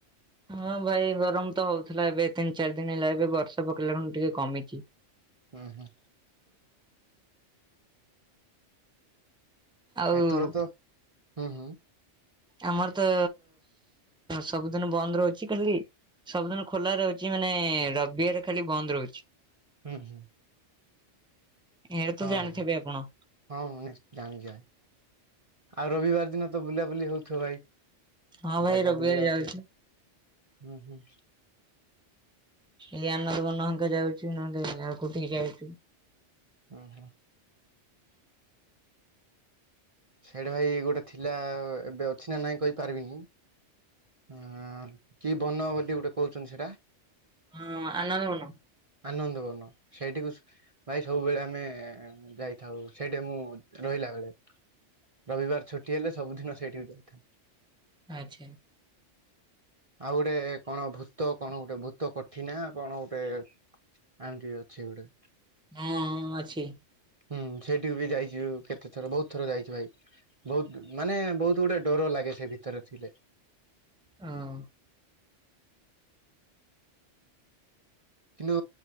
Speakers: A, in the centre; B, on the right.
A: ହଁ ଭାଇ ଗରମ ତ ହଉଥିଲା ଏବେ ତିନି ଚାରି ଦିନ ହେଲା ଏବେ ବର୍ଷା ପକେଇା ଖୁଣୁ ଟିକେ କମିଚି।
B: ଉଁ ହୁଁ।
A: ଆଉ
B: ଏଥର ତ ହୁଁ ହୁଁ।
A: ଆମର ତ ସବୁଦିନ ବନ୍ଦ ରହୁଛି ଖାଲି ସବୁଦିନ ଖୋଲା ରହୁଛି ମାନେ ରବିିବରେ ଖାଲି ବନ୍ଦ ରହୁଚି।
B: ହୁଁ ହୁଁ।
A: ଏ
B: ହଁ
A: ତ ଜାଣିଥିବେ ଆପଣ?
B: ହଁ ମାନେ ଜାଣିଚି ଭାଇ। ଆଉ ରବିବାର ଦିନ ତ ବୁଲାବୁଲି ହଉଥିବ ଭାଇ
A: ହଁ ଭାଇ
B: ଜାଗା
A: ରବିବାର
B: ବୁଲି ଯାଉଥିବେ।
A: ଯାଉଛୁ
B: ହୁଁ ହୁଁ।
A: ଏଇ ଆନନ୍ଦବର୍ଣ୍ଣଙ୍କା ଯାଉଛି ନହେଲେ ଆଉ କୋଠି ଯାଇଚୁ?
B: ଉଁ ହୁଁ। ସେଇଟ ଭାଇ ଗୋଟେ ଥିଲା ଏବେ ଅଛି ନା ନାଇଁ କହିପାରିବିନି କି ବନ ବୋଲି ଗୋଟେ କହୁଛନ୍ତି ସେଇଟା?
A: ହଁ, ଆନନ୍ଦବନ।
B: ଆନନ୍ଦବନ ସେଇଠିକୁ ସୁ ଭାଇ ସବୁବେଳେ ଆମେ ଯାଇଥାଉ ସେଇଟି ମୁଁ ରହିଲା ବେଳେ ରବିବାର ଛୁଟି ହେଲେ ସବୁଦିନ ସେଇଠିକୁ ଯାଇଥାଉ।
A: ଆଚ୍ଛା।
B: ଆଉ ଗୋଟେ କଣ ଭୂତ କଣ ଗୋଟେ ଭୂତ କୋଠି ନା କଣ ଗୋଟେ ଆମିତି ଅଛି ଗୋଟେ
A: ହଁ ହଁ ଅଛି।
B: ହୁଁ, ସେଇଠିକୁ ବି ଯାଇଛୁ କେତେ ଥର ବହୁତ ଥର ଯାଇଛି ଭାଇ। ବହୁତ ମାନେ ବହୁତ ଗୁଡେ ଡର ଲାଗେ ସେ ଭିତରେ ଥିଲେ।
A: ହଁ।
B: କିନ୍ତୁ